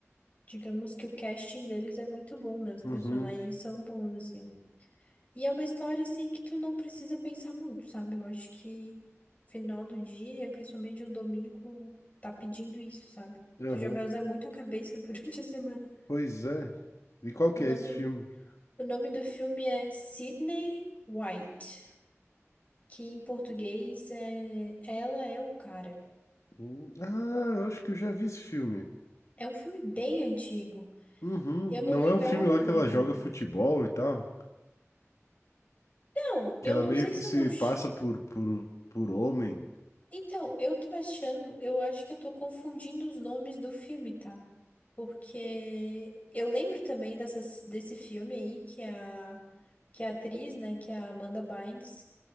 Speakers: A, on the left (about 30°); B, on the left (about 80°).
A: Digamos que o casting deles é muito bom, né? Os personagens
B: Uhum,
A: são bons, assim. E é uma história, assim, que tu não precisa pensar muito, sabe? Eu acho que final do dia, principalmente um domingo, tá pedindo isso, sabe?
B: aham.
A: Tu já vai usar muito a cabeça <laughs> durante a semana.
B: Pois é. E qual
A: O
B: que
A: nome,
B: é esse filme?
A: o nome do filme é Sydney White, que em português é Ela é o Cara.
B: Hum, Ah, eu acho que eu já vi esse filme.
A: É um filme bem antigo.
B: Uhum.
A: Eu
B: Não
A: não lembrava
B: é um filme lá
A: dele.
B: que ela joga futebol e tal?
A: Não,
B: Que
A: eu
B: ela
A: não
B: meio
A: sei
B: que
A: se
B: se
A: eu não. che-
B: passa por, por, por homem.
A: Então, eu tô achando, eu acho que eu tô confundindo os nomes do filme, tá? Porque eu lembro também dessas, desse filme aí que a, que a atriz, né, que é a Amanda Bynes,